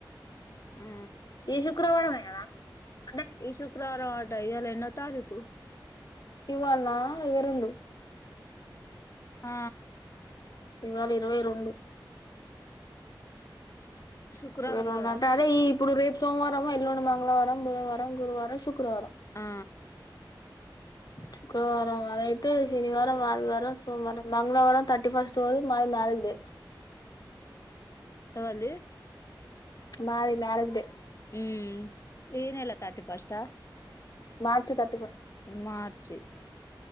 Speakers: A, on the left; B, on the left.
A: ఆ
B: ఈ సుక్రవారం మె గద
A: ఈ శుక్రవారం అట ఇయాల ఎన్నో తారీకు
B: ఇవ్వాల్నా ఇరవై రెండు
A: ఆ
B: ఇవాళ ఇరవై రొండు
A: శుక్రవారం
B: వై రెండు
A: కదా
B: అంటే అదే ఈ ఇప్పుడు రేపు సోమవారం ఎల్లుండి మంగళవారం బుధవారం గురువారం శుక్రవారం
A: ఆ
B: శుక్రవారం అదైతే శనివారం, ఆదివారం, సోమవారం, మంగళవారం, థర్టీ ఫస్ట్ రోజు మాది మార్ మ్యారేజ్ డే
A: ఎవల్ది
B: మాది మ్యారేజ్ డే
A: ఉమ్మ్ ఈ నెల థర్టీ ఫస్ట్ హ
B: మార్చ్ థర్ట్
A: ఉమ్ మార్చి